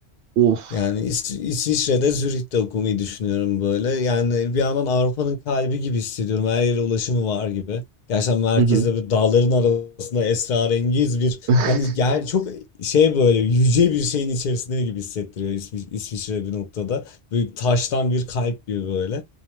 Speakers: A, on the right (about 75°); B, on the left (about 50°).
A: Of.
B: Yani İs- İsviçre'de Zürih'te okumayı düşünüyorum böyle. Yani bir yandan Avrupa'nın kalbi gibi hissediyorum. Her yere ulaşımı var gibi. Gerçekten merkezde
A: Hı hı.
B: böyle dağların arasında esrarengiz bir
A: <laughs>
B: hani gel çok şey böyle yüce bir şeyin içerisinde gibi hissettiriyor İsvi- İsviçre bir noktada. Böyle taştan bir kalp gibi böyle.